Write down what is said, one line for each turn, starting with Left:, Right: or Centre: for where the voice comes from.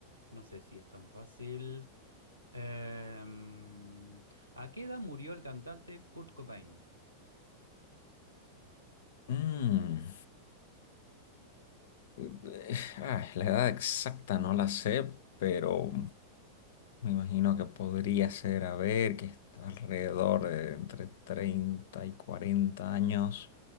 Right: no sé si es tan fácil. Em, ¿a qué edad murió el cantante Kurt Cobain?
Left: Mm, eh, ah, la edad exacta no la sé, pero me imagino que podría ser, a ver, que está alrededor de entre 30 y 40 años.